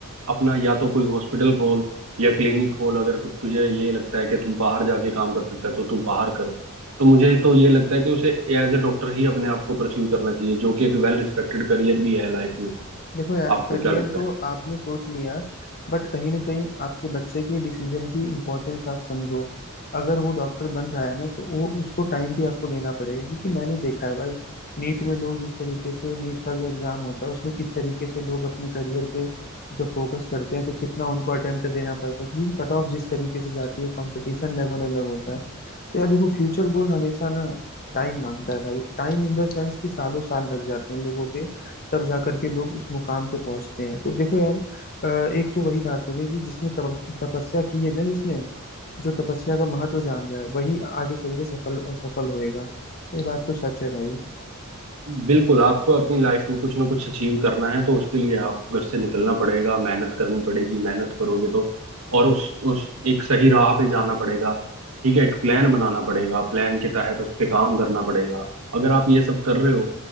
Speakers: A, on the right (about 75°); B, on the left (about 45°).
A: अपना या तो कोई हॉस्पिटल खोल या क्लिनिक खोल अगर कु- तुझे ये लगता है कि तू बाहर जाके काम कर सकता है तो तू बाहर कर तो मुझे तो ये लगता है कि उसे एज ए डॉक्टर ही अपने आप को परस्यू करना चाहिए जो कि एक वेल रिस्पेक्टेड करियर भी है लाइफ में
B: देखो यार
A: आपको
B: करियर
A: क्या लगता
B: तो
A: है
B: आपने सोच लिया बट कहीं ना कहीं आपके बच्चे के डिसीजन की इम्पोर्टेंस आप समझो अगर वो डॉक्टर बन रहा है ना तो वो उसको टाइम भी आपको देना पड़ेगा क्योंकि मैंने देखा है भाई नीट में लोग जिस तरीके से नीट का जो एग्जाम होता है उसमें किस तरीके से लोग अपने करियर पे जब फोकस करते हैं तो कितना उनको अटेम्प्ट देना पड़ता है क्योंकि कट ऑफ जिस तरीके से जाती है कंपटीशन लेवल अलग होता है तो यार देखो फ्यूचर गोल हमेशा ना टाइम मांगता है भाई टाइम इन द सेंस कि सालों साल लग जाते हैं लोगों के तब जाकर के लोग उस मुकाम पे पहुंचते हैं तो देखो यार अ, एक तो वही बात हो गई कि जिसने तपस, तपस्या की है ना जिसने जो तपस्या का महत्व जान रहा है वही आगे चल के सफल सफल होएगा ये बात तो सच है भाई
A: बिल्कुल आपको अपनी लाइफ में कुछ ना कुछ अचीव करना है तो उसके लिए आप घर से निकलना पड़ेगा मेहनत करनी पड़ेगी मेहनत करोगे तो और उस उस एक सही राह पे जाना पड़ेगा ठीक है एक प्लान बनाना पड़ेगा प्लान के तहत उस पे काम करना पड़ेगा अगर आप ये सब कर रहे हो